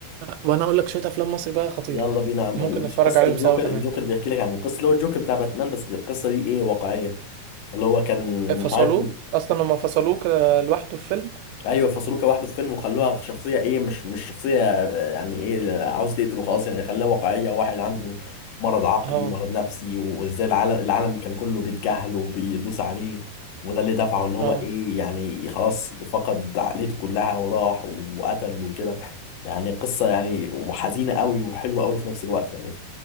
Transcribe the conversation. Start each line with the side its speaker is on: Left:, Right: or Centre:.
Right: وانا اقول لك شويه افلام مصري بقى خطيره
Left: يلا بينا يا عم.
Right: ممكن نتفرج
Left: قصه
Right: عليهم
Left: الجوكر
Right: سوا كمان
Left: الجوكر بيحكي لك عن القصه اللي هو الجوكر بتاع باتمان بس القصه دي ايه واقعيه اللي هو كان
Right: فصلوه
Left: مش عارف
Right: اصلا لما فصلوه كده لوحده في فيلم
Left: ايوه فصلوه كواحد في فيلم وخلوها شخصيه ايه مش مش شخصيه آه، يعني ايه عاوز تقتله خلاص يعني خلاها واقعيه واحد عنده مرض عقلي
Right: اه
Left: مرض نفسي وازاي العالم العالم كان كله بيتجاهله وبيدوس عليه وده اللي دفعه ان هو
Right: اه
Left: ايه يعني خلاص فقد عقليته كلها وراح وقتل وكده يعني قصه يعني وحزينه قوي وحلوه قوي في نفس الوقت يعني